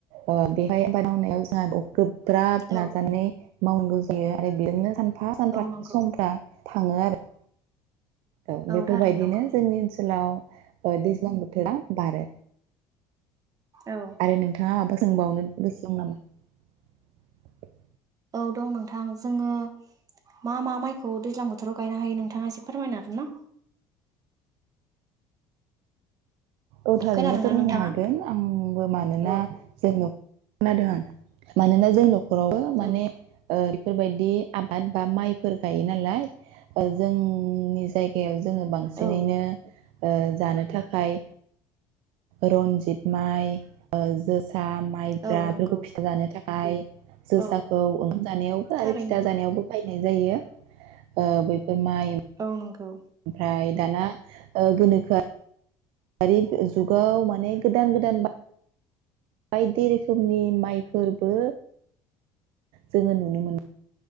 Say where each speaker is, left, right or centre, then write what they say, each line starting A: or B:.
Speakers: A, on the right; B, on the right.
A: ओ बेहाय आबाद मावनायाव जोंहा <unintelligible> गोब ब्राब
B: औ
A: नाजाने मावनांगौ जायो आरो बेनिनो सान फा सानफा
B: औ नंगौ
A: समफ्रा थाङो आरो। औ बेफोरबायदिनो
B: थारैनो नंगौ
A: जोंनि ओनसोलाव ओ दैज्लां बोथोरा बारो।
B: औ
A: आरो नोंथाङा माबा सोंबावनो? <unintelligible>
B: औ दं नोंथां जोङो मा-मा माइखौ दैज्लां बोथोराव गायनो हायो नोंथाङा एसे फोरमायनो हागोन ना?
A: औ थारैनो
B: खोनादोंना
A: फोरमायनो
B: नोंथाङा?
A: हागोन आंबो मानोना
B: औ
A: जोंयो खोनादों आं मानोना जों न' खरावबो माने
B: औ
A: ओ बेफोरबाय दि आबाद बा माइफोर गायो नालाय ओ जोंनि जायगायाव जोङो बांसिनैनो
B: औ
A: ओ जानो थाखाय रनजित माइ ओ जोसा आ माइब्रा
B: औ नंगौ
A: बेफोरखौ फिथा जानो थाखा आय जोसाखौ
B: औ
A: ओंखाम जानायावबो
B: थारैनो
A: आरो फिथा
B: नंगौ
A: जानायावबो बाय यनाय जायो ओ बैफोर माइ
B: औ नंगौ ।
A: बाय दाना ओ गोनोखोआ गारिब जुगाव माने गोदान गोदान बा बायदि रोखोमनि माइफोरबो जोङो नुनो मोन